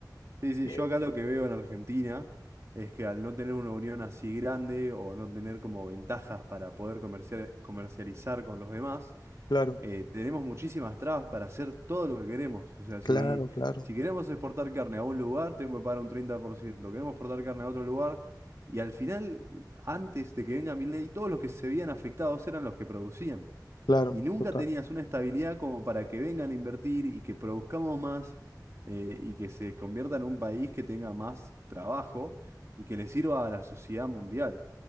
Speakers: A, on the right; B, on the left.
A: Sí, sí,
B: Eh,
A: yo acá lo que veo en Argentina es que al no tener una unión así grande o no tener como ventajas para poder comercial- comercializar con los demás,
B: Claro,
A: eh, tenemos muchísimas trabas para hacer todo lo que queremos. O sea,
B: claro,
A: si,
B: claro,
A: si queremos exportar carne a un lugar, tenemos que pagar un treinta por ciento Queremos exportar carne a otro lugar. Y al final, antes de que venga mi ley, todos los que se veían afectados eran los que producían
B: claro,
A: y nunca
B: total.
A: tenías una estabilidad como para que vengan a invertir y que produzcamos más eh, y que se convierta en un país que tenga más trabajo y que le sirva a la sociedad mundial.